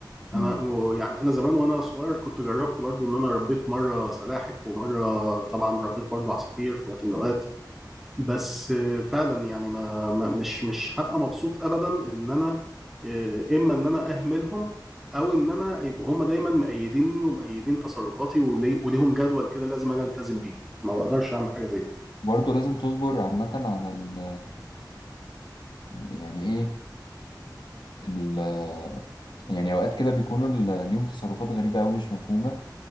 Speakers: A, on the left (about 75°); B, in the centre.
A: مم.
B: انا و- يعني انا زمان وانا صغير كنت جربت برضو ان انا ربيت مره سلاحف ومره طبعا ربيت برضو عصافير في وقت من الاوقات بس آه، فعلا يعني ما ما- مش مش هبقى مبسوط ابدا ان انا آه، اما ان انا اهملهم او ان انا يبقوا هم دايما مأيديني ومأيدين تصرفاتي ولي- وليهم جدول كده لازم انا التزم بيه ما بقدرش اعمل حاجه زي دي
A: برضه لازم تصبر عامة على ال يعني إيه ال يعني أوقات كده بيكونوا ال- ليهم تصرفات غريبة أوي مش مفهومة